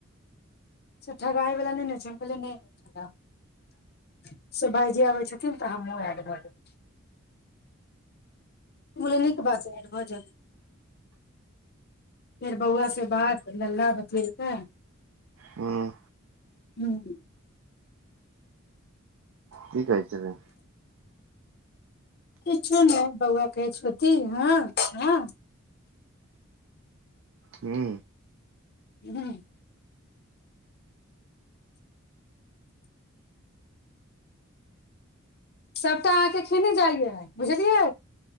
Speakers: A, on the left; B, on the right.
A: से ठगाइवला नहि न छै। हम कहलियै नहि ठगाइव से भाइजी आबै छथिन त हमहूँ एड भ जैव <unintelligible> फेर बौआ से बात भेला ब ठीक ह
B: हँ
A: ह
B: की कहै छलै
A: कछु ने बौआ कहै छती हँ ह
B: हू
A: हू सभटा अहाँके खेने जाइया बुझलियै